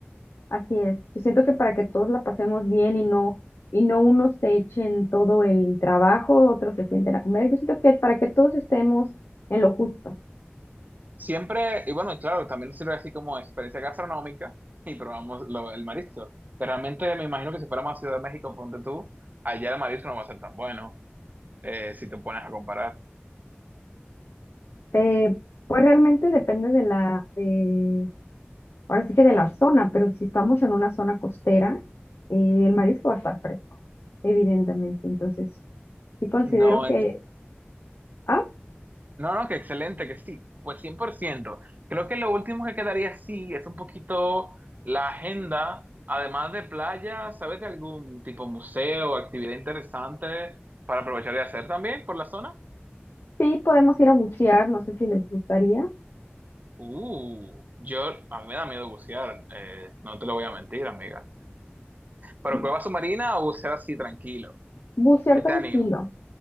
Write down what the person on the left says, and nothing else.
Así es. Yo siento que para que todos la pasemos bien y no, y no unos se echen todo el trabajo, otros se sienten a comer. Yo siento que para que todos estemos en lo justo.
Eh, pues realmente depende de la, de- ahora sí que de la zona, pero si estamos en una zona costera, eh, el marisco va a estar fresco, evidentemente. Entonces, sí considero
que, ah,
sí podemos ir a bucear, no sé si les gustaría.
<laughs>
Bucear
tranquilo.